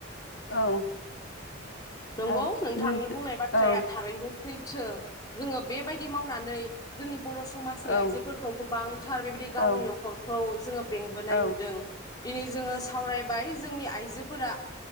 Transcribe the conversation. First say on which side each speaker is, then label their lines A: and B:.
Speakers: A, on the left (about 70°); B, on the left (about 20°).
A: औ
B: नंगौ
A: आरो
B: नोंथांनि
A: नों
B: बुंनाय बाथ्राया
A: औ
B: थारैनो सैथो जोंङो बेबायदि मावनानै जोंनि बर' समाजनि
A: औ
B: आइजोफोरखौ गोबांथार बेबायदि गावनि
A: औ
B: न'खरखौ जोंङो बेंबोनाय
A: औ
B: नुदों । दिनै जोंङो सावरायबाय जोंनि आइजोफोरा